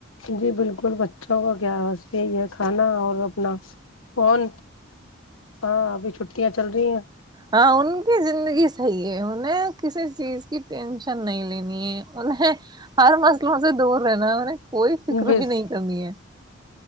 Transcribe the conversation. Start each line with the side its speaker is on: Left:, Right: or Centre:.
Left: جی بالکل بچوں کا کیا یہی ہے کھانا اور اپنا فون ہاں ابھی چھٹیاں چل رہی ہیں
Right: ہاں ان کی زندگی صحیح ہے انہیں کسی چیز کی ٹینشن نہیں لینی ہے انہیں ہر مسئلوں سے دور رہنا انہیں کوئی فکر
Left: بس
Right: بھی نہیں کرنی ہے